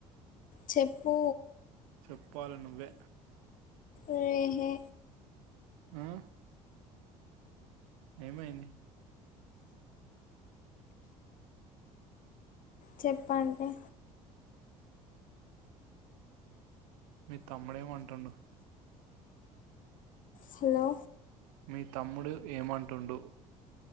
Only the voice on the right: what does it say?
చెప్పాలి నువ్వే
ఉమ్ ఏమైంది
మీ తమ్ముడేమంటుండు
మీ తమ్ముడు ఏమంటుండు